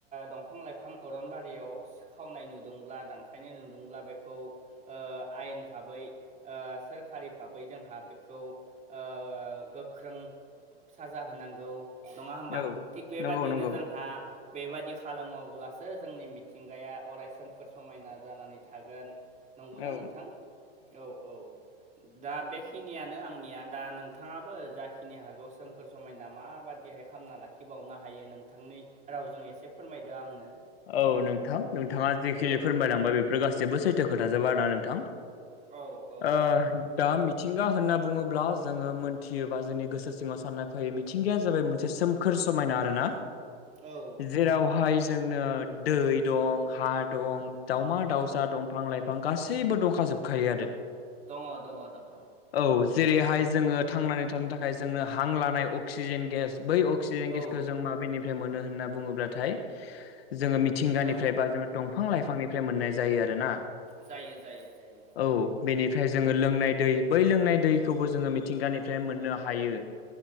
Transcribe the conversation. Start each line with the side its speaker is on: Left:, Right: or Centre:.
Right: दंफां-लाइफां अरनबारियाव खावनाय नुदोंब्ला दानफायनाय नुदोंब्ला बेखौ ओ आयेन भाबै सोरखारि भाबै जोंहा बेखौ ओ गोख्रों साजा होनांगौ नङा होमबा
Left: औ
Right: थिग बेबादिनो
Left: नंगौ नंगौ
Right: जोंहा बेबादि खालामोब्लासो जोंनि मिथिंगाया अरायसोमखोर समायना जानानै थागोन नंगौना
Left: औ
Right: नोंथां औ औ दा बेखिनियानो आंनिया दा नोंथाङाबो जाखिनि हागौ सोमखोर समायना माबादिहाय खामना लाखिबावनो हायो नोंथांनि रावजों एसे फोरमायदो आंनो
Left: औ नोंथां नोंथाङा जेखिनि
Right: औ
Left: फोरमायलांबाय बेफोर गासैबो सैथो खोथाजोब आरोना नोंथां
Right: औ औ
Left: ओ दा मिथिंगा होनना बुङोब्ला जोङो मोनथियोबा जोंनि गोसो सिङाव साननाय फैयो मिथिंगाया जाबाय मोनसे सोम खोर समायना आरोना
Right: औ
Left: जेरावहाय जोंनो दै दं, हा दं दावमा-दावसा
Right: औ
Left: दंफां लाइ बिफां गासैबो दंखाजोबखायो आरो
Right: दङ' दङ' दङ'
Left: औ जेरैहाय जोङो थांनानै थानो थाखाय जोंनो हां लानाय अक्सिजेन गेस बै अक्सिजेन
Right: औ
Left: गेसखौ जों माबेनिफ्राय मोनो होनना बुङोब्लाथाय जोङो मिथिंगानिफ्राय
Right: औ
Left: बा जोङो दंफां-लाइफांनिफ्राय मोननाय जायो आरोना
Right: जायो जायो जायो
Left: औ बेनिफ्राय जोङो लोंनाय दै बै लोंनाय दैखौबो जोङो मिथिंगानिफ्राय मोननो हायो